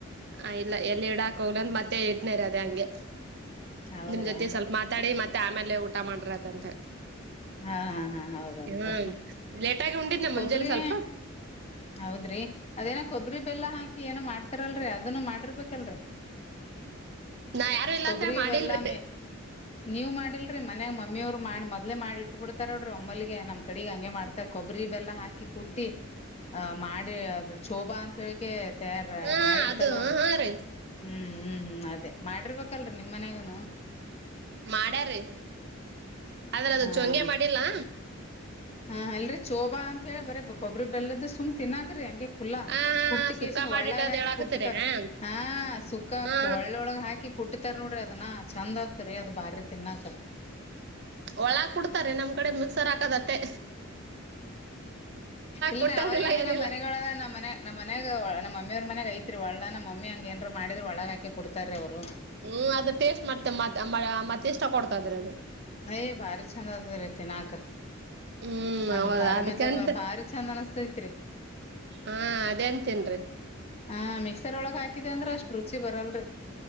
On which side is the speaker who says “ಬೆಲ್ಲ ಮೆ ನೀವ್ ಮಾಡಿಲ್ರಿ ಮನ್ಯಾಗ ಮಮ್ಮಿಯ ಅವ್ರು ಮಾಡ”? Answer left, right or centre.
Left